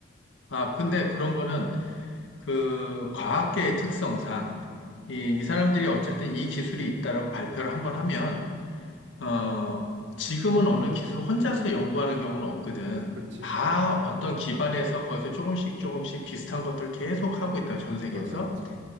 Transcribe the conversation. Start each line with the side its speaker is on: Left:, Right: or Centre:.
Left: 아, 근데 그런 거는 그 과학계의 특성상 이, 이 사람들이 어쨌든 이 기술이 있다라고 발표를 한번 하면
Right: 음,
Left: 어, 지금은 어느 기술을 혼자서 연구하는 경우는 없거든.
Right: 그렇지?
Left: 다 어떤 기반에서 거기서 조금씩 조금씩 비슷한 것들을 계속 하고 있다, 전 세계에서.
Right: 맞아 맞아.